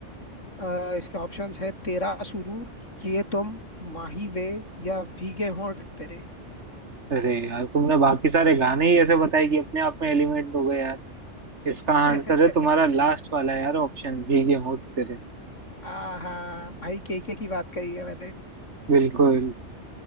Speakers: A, on the left (about 85°); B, on the right (about 70°).
A: अ, इसके ऑप्शंस है तेरा सुरूर ये तुम माही वे या भीगे होंठ तेरे
B: अरे यार तुमने बाकी सारे गाने ही ऐसे बताए कि अपने आप में एलिमेंट हो गए यार इसका
A: <laughs>
B: आंसर है तुम्हारा लास्ट वाला यार ऑप्शन भीगे होंठ तेरे
A: आहा भाई केके की बात करी है मैंने
B: बिल्कुल